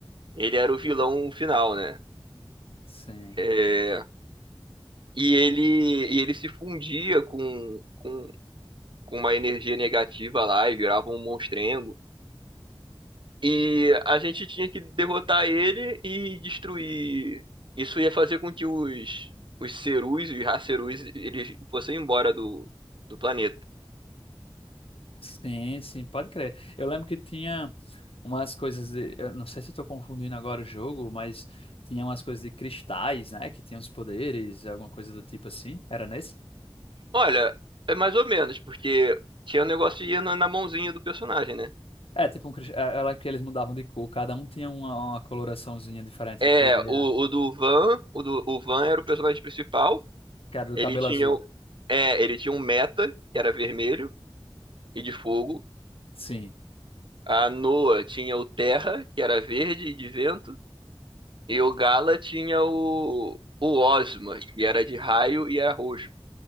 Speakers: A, on the right; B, on the left.
A: Ele era o vilão final, né?
B: Sim.
A: É, e ele, e ele se fundia com, com, com uma energia negativa lá e virava um monstrengo. E a gente tinha que derrotar ele e destruir. Isso ia fazer com que os, os Cerus, os racerus eles fossem embora do, do planeta.
B: Sim, sim, pode crer. Eu lembro que tinha umas coisas de, eu não sei se eu tô confundindo agora o jogo, mas tinha umas coisas de cristais, né? Que tinham os poderes, alguma coisa do tipo assim. Era nesse?
A: Olha, é mais ou menos, porque tinha um negócio de ir na, na mãozinha do personagem, né?
B: É, tipo um cristal. Eu lembro que eles mudavam de cor, cada um tinha uma, uma coloraçãozinha diferente
A: É,
B: de poder,
A: o,
B: né?
A: o do Van, o, do, o Van era o personagem principal.
B: Que era do
A: Ele
B: cabelo
A: tinha,
B: azul.
A: o- é, ele tinha um Meta, que era vermelho e de fogo.
B: Sim.
A: A Noa tinha o Terra, que era verde e de vento. E o Gala tinha o, o Ozma, que era de raio e era roxo.